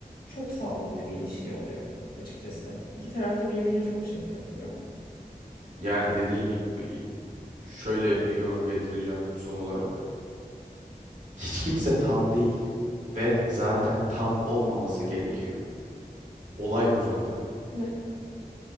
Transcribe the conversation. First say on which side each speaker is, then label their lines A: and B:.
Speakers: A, on the left; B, on the right.
A: çok sağlıklı bir ilişki oluyor açıkçası. İki taraf da birbirine çok şey katıyor.
B: Yani dediğin gibi şöyle bir yorum getireceğim son olarak. Hiç kimse tam değil ve zaten tam olmaması gerekiyor. Olay bu zaten.
A: Ne?